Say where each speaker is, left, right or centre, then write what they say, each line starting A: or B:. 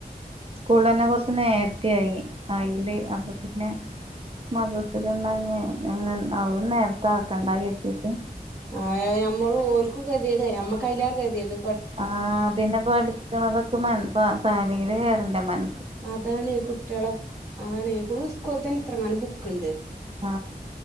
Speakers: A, on the right; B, on the right.
A: സ്കൂള് തന്നെ കുറച്ച് നേരത്തിയായി അയില് അപ്പൊ പിന്നെ മദസിൽ <unintelligible> അഹും നേരത്തെ ആക്കണ്ട കരുതിട്ട്
B: ആ എ ഞമ്മള് ഓൽക്കും കതിട നമ്മക്ക് അയിലറെ കതിയത്
A: ആ പിന്നെ പഠിക്കണതൊക്കെ മ തലേൽ കേറണ്ടേ മന
B: അതാണ് കുട്ടികളെ അതാണ് സ്കൂളിൽ തന്നെ ഇത്രങ്ങാനം ബുക്കുണ്ട്
A: ആ